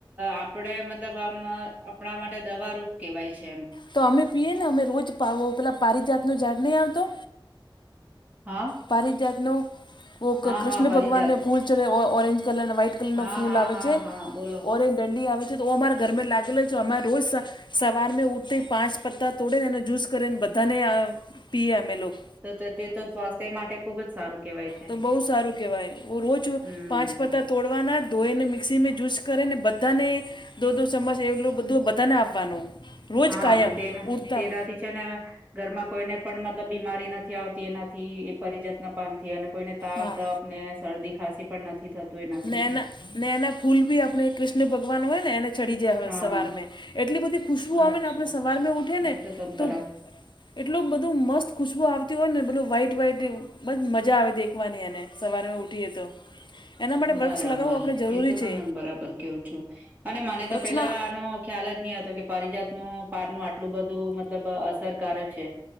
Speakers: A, on the right; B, on the left.
A: આપણે મતલબ આમ આપણા માટે માટે દવા રૂપ કેહેવાય છે એમ.
B: તો અમે પીએ ને, અમે રોજ પેલા પારજાતનો ઝાડ નહીં આવતો?
A: હા.
B: પારિજાતનો.
A: હા
B: કૃષ્ણ
A: હા પરિજાત
B: ભગવાનને ફૂલ છે, ઓરેન્જ કલર વ્હાઈટ કલર
A: હા
B: નો ફૂલ
A: હા
B: આવે
A: હા
B: છે.
A: હા બોલો
B: ઓ દંડી આવે છે, તો અમારા ઘરમાં લાગે છે, અમારે રોજ સવાર મે ઊઠ પાંચ પત્તા તોડે ને, એનો જૂસ કરેને બધાને પીવે અમે લોકો.
A: તો તે તો સ્વાસ્થ્ય માટે ખુબ જ સારું કેહેવાય છે
B: તો બહ સારું કેવાય, રોજ
A: હમ
B: પાંચ પતા. તોડવાના ધોઈ ને, મિક્સીમાં જયુસ કરે ને, બધાને દો દો ચમચ, એટલો બધો બધાને આવવાનો રોજ
A: હા
B: કાયમ,
A: તો તેના
B: ઉત્તમ.
A: તેનાથી ઘરમાં કોઈને પણ મતલબ બીમારી નથી આવતી એનાથી, એ પરિજતના પાનથી અને કોઈને. તાવ
B: હા,
A: તપને શરદી ખાંસી પણ નથી થતું એનાથી
B: નૈના નૈના ફૂલ ભી આપણે. કૃષ્ણ ભગવાન હોય ને, એને ચડી જાય
A: હા
B: સવાર મે એટલી બધી પૂછવું
A: અચ્છા
B: આવે ને, આપણે સવાર મે ઉઠે ને
A: એ તમે
B: તો.
A: બરાબર
B: એટલું બધું મસ્ત ખુશ્બુ આવતી હોય ને, બધું વ્હાઈટ વહઇટ બધ મજા આવે ત. વની ને, સવારેમાં ઉઠીએ તો. એના માટે
A: બરાબર,
B: વૃક્ષ લગાવવું આપણે જરૂરી
A: એ તો તમે
B: છે
A: બરાબર કહો છો, અને મને
B: વૃક્ષના
A: તો પેલા આનો ખ્યાલ જ નહીં હતો કે, પરિજાતનું પાર નું આટલું બધું મતલબ અસરકારક છે.